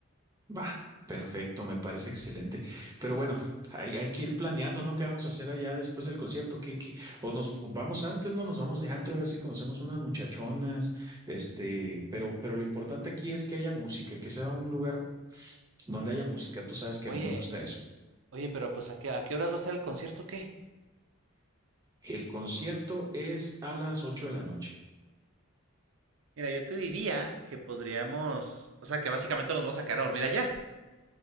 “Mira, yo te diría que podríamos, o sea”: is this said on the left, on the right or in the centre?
Right